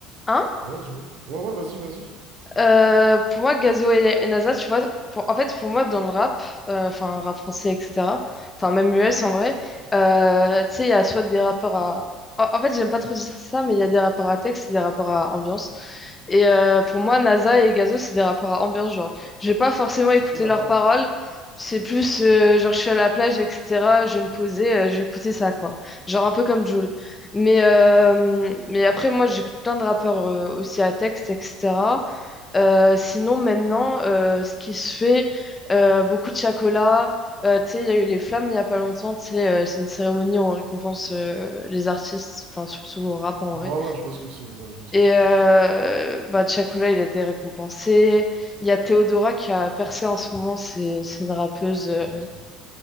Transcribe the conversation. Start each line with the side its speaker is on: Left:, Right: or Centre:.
Left: hein?
Right: Ouais, dis-moi. Ouais, ouais, vas-y, vas-y.
Left: Euh, pour moi, Gazo et, et NASA, tu vois, pour- en fait, pour moi, dans le rap, euh, enfin, rap français, etc., enfin, même US en vrai, euh, tu sais, il y a soit des rappeurs à. En, en fait, j'aime pas trop dire ça, mais il y a des rappeurs à texte et des rappeurs à ambiance. Et euh, pour moi, Naza et Gazo, c'est des rappeurs à ambiance, genre, je vais pas forcément
Right: C'est
Left: écouter
Right: clair,
Left: leurs
Right: ouais.
Left: paroles, c'est plus, euh, genre, je suis à la plage, etc., je vais me poser, euh, je vais écouter ça, quoi. Genre, un peu comme Jul. Mais, euh, mais après, moi, j'écoute plein de rappeurs euh, aussi à texte, etc. Euh, sinon, maintenant, euh, ce qui se fait, euh, beaucoup de chocolat. Euh, tu sais, il y a eu les flammes il n'y a pas longtemps. Tu sais, euh, c'est une cérémonie où on récompense euh, les artistes, enfin, surtout au rap en
Right: Ouais,
Left: vrai.
Right: ouais, je vois ce que c'est. Ouais, je vois ce
Left: Et
Right: que c'est.
Left: euh, bah, Chocolat, il a été récompensé. Il y a Théodora qui a percé en ce moment. C'est c'est une rappeuse. euh,
Right: Ok, c'est bon.